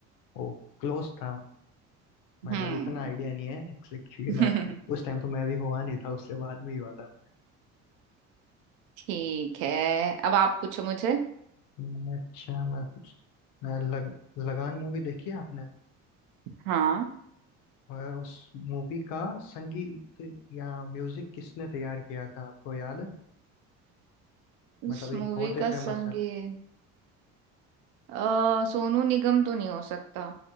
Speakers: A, on the left; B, on the right.
A: ओ क्लोज था मतलब
B: हम्म
A: इतना आइडिया नहीं है एग्जैक्ट क्योंकि
B: <laughs>
A: मैं उस टाइम तो मैं भी हुआ नहीं था उससे बाद में ही हुआ था
B: ठीक है अब आप पूछो मुझे
A: हम्म, अच्छा मैं कुछ मैं लग, लगान मूवी देखी है आपने
B: हाँ
A: और उस मूवी का संगीत या म्यूजिक किसने तैयार किया था आपको याद है
B: उस
A: मतलब एक
B: मूवी
A: बहुत ही
B: का
A: फेमस
B: संगीत
A: है
B: अ, सोनू निगम तो नहीं हो सकता